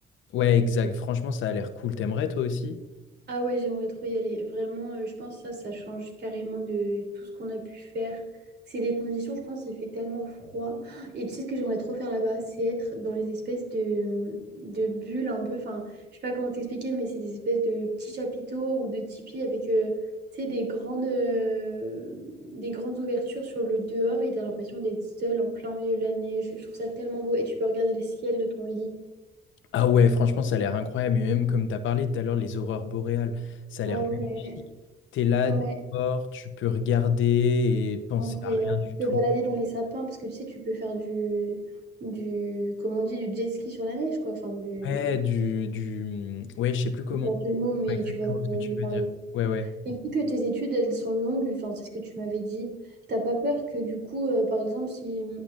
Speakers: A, on the left; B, on the right.
A: Ouais, exact. Franchement, ça a l'air cool. T'aimerais toi aussi?
B: Ah ouais, j'aimerais trop y aller. Vraiment, euh, je pense que ça, ça change carrément de tout ce qu'on a pu faire. C'est des conditions, je pense, il fait tellement froid. Et tu sais ce que j'aimerais trop faire là-bas, c'est être dans les espèces de, de bulles un peu. Enfin, je sais pas comment t'expliquer, mais c'est des espèces de petits chapiteaux ou de tipis avec, euh, tu sais, des grandes, euh, des grandes ouvertures sur le dehors et t'as l'impression d'être seul en plein milieu de la neige. Je trouve ça tellement beau et tu peux regarder le ciel de ton lit.
A: Ah ouais, franchement, ça a l'air incroyable. Et même comme t'as parlé tout à l'heure, les aurores boréales, ça a
B: Ah
A: l'air
B: ouais.
A: magnifique. T'es là,
B: Ouais.
A: dehors, tu peux regarder et penser
B: Incroyable.
A: à rien du tout.
B: De balader dans les sapins, parce que tu sais, tu peux faire du, du, comment on dit, du jet ski sur la neige, quoi. Enfin, du,
A: Ouais, du, du... Ouais, je sais plus comment.
B: je sais pas le mot, mais
A: Ouais, exactement
B: tu vois de quoi
A: ce que tu
B: je veux parler.
A: veux dire. Ouais, ouais.
B: Et vu que tes études, elles sont longues, enfin, c'est ce que tu m'avais dit, t'as pas peur que du coup, euh, par exemple, si